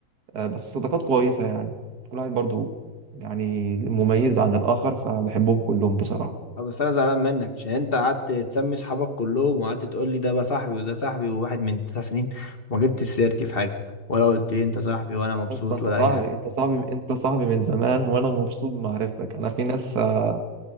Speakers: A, on the right; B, on the left.
A: أه بس صداقات كويسة يعني كل واحد برضو يعني مميز عن الآخر فبحبهم كلهم بصراحة
B: أه، بس انا زعلان منك عشان انت قعدت تسمي اصحابك كلهم وقعدت تقول لي ده بقى صاحبي وده صاحبي وواحد من تسع سنين وما جبتش سيرتي في حاجة ولا قلت لي انت صاحبي ولا مبسوط
A: يا اسطى انت
B: ولا
A: صاحبي
B: اي حاجة
A: انت صاحبي انت صاحبي من زمان وانا مبسوط بمعرفتك انا في ناس آه،